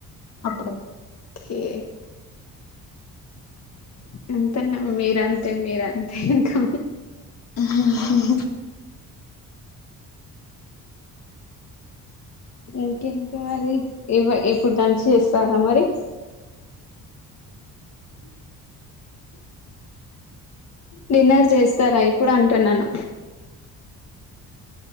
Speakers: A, on the left; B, on the left.
A: అప్పుడప్పుడు
B: ఓకే అంతేనా మీరంతే మీరంతే ఇంకా
A: హ్మ్ హు హు
B: ఇంకేంటి మరి ఇ ఎప్పుడు లంచ్ చేస్తారా మరి డిన్నర్ చేస్తారా ఇప్పుడు అంటున్నాను